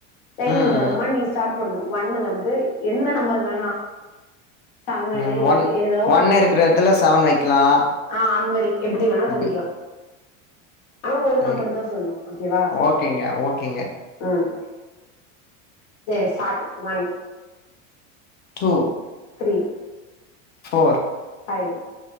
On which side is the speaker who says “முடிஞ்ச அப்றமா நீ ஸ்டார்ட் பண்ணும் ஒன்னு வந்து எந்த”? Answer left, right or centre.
Left